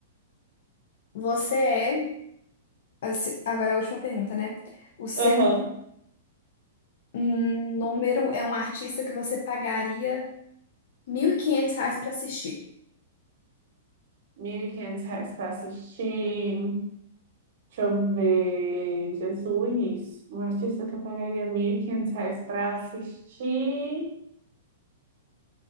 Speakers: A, on the left; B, on the right.
A: Você é. assim, Agora a última pergunta, né? O seu
B: Aham.
A: hum, número é um artista que você pagaria 1.500 reais pra assistir.
B: Mil e quinhentos reais pra assistir. Deixa eu ver. Jesus. Um artista que eu pagaria mil e quinhentos reais pra assistir.